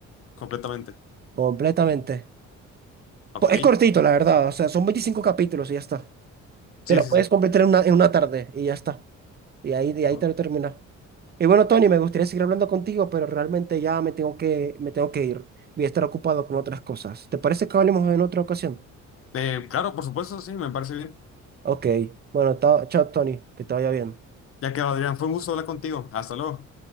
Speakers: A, on the left; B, on the right.
A: Completamente.
B: completamente.
A: Ok.
B: To- Es cortito, la verdad. O sea, son 25 capítulos y ya está. Te
A: Sí,
B: lo
A: sí,
B: puedes completar en una, en una tarde y ya está. Y ahí, de ahí
A: sí.
B: te lo terminas. Y bueno, Tony, me gustaría seguir hablando contigo, pero realmente ya me tengo que, me tengo que ir. Voy a estar ocupado con otras cosas. ¿Te parece que hablemos en otra ocasión?
A: Eh, claro, por supuesto, sí, me parece bien.
B: Ok. Bueno, ta- chao, Tony. Que te vaya bien.
A: Ya que Adrián, fue un gusto hablar contigo. Hasta luego.